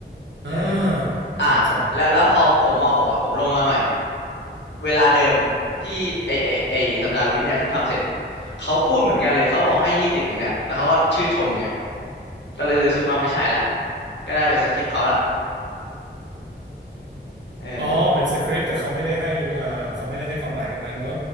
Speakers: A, on the right; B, on the left.
A: อ่า
B: เอออ่ะแล้วแล้วพอผมมหกอะผมลงมาใหม่
A: แจ๋วแจ๋ว
B: เวลาเดิมที่ไอไอไอสัปดาห์วิทย์เนี่ยเพิ่งทำเสร็จเขาพูดเหมือนกันเลยเขาบอกให้ยี่สิบเหมือนกันแล้วเขาก็ชื่นชมเหมือนกันก็เลยรู้สึกว่าไม่ใช่ละก็ได้ไปสคริปต์เขาละเออ
A: อ๋อเป็นสคริปต์แต่เขาไม่ได้ให้อ่าเขาไม่ได้ให้ความหมายกับมันเออ